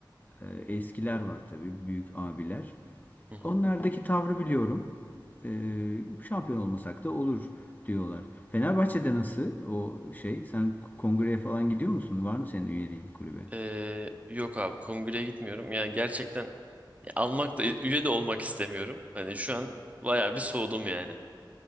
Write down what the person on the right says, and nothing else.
Hı hı.
Ee, yok abi kongreye gitmiyorum. Yani gerçekten almak da üye de olmak istemiyorum. Hani şu an bayağı bir soğudum yani.